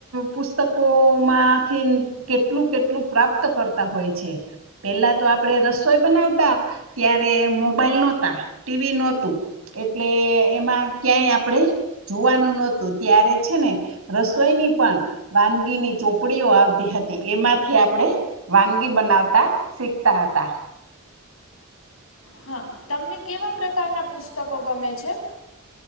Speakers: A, on the right; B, on the left.
A: પુસ્તકો માંથીન કેટલું કેટલું પ્રાપ્ત કરતા હોય છે. પેલા તો આપડે રસોઈ બનાવતા ત્યારે મોબાઈલ નોતા ટીવી નોતું એટલે એમાં ક્યાંય આપણેે જોવાનું નત તો ત્યારે છે ને રસોઈની પણ વાનગીની ચોપડીઓ આવતી હતી એમાંથી આપણે વાનગી બનાવતા શીખતા હતા.
B: હા તમને કેવા પ્રકારના પુસ્તકો ગમે છે?